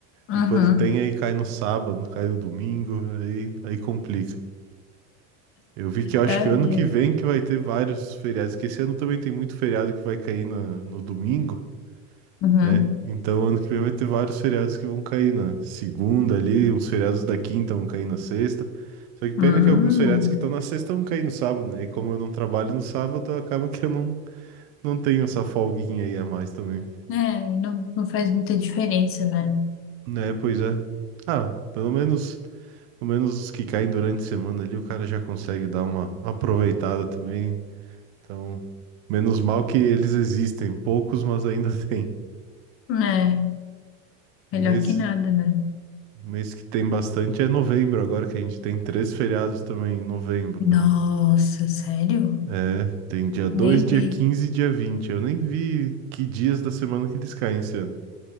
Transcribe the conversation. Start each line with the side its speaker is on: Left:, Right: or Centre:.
Left: Uhum.
Right: E quando tem, aí cai no sábado, cai no domingo, aí, aí complica. Eu vi que eu acho
Left: Ai,
Right: que ano que
Left: ai.
Right: vem que vai ter vários feriados, que esse ano também tem muito feriado que vai cair na, no domingo.
Left: Uhum.
Right: né? Então, ano que vem vai ter vários feriados que vão cair na segunda ali, uns feriados da quinta vão cair na sexta. Só que pena
Left: Hum.
Right: que alguns feriados que estão na sexta vão cair no sábado, né? E como eu não trabalho no sábado, acaba que eu não, não tenho essa folguinha aí a mais também.
Left: É, e não, não faz muita diferença, né?
Right: Né, pois é. Ah, pelo menos, pelo menos os que caem durante a semana ali, o cara já consegue dar uma aproveitada também. Então, menos mal que eles existem, poucos, mas ainda <laughs> tem.
Left: É,
Right: Um
Left: melhor
Right: mês
Left: que nada, né?
Right: O mês que tem bastante é novembro, agora que a gente tem três feriados também em novembro,
Left: Nossa,
Right: né?
Left: sério?
Right: É, tem dia dois
Left: Nem
Right: dia
Left: vi.
Right: 15 e dia vinte Eu nem vi que dias da semana que eles caem esse ano.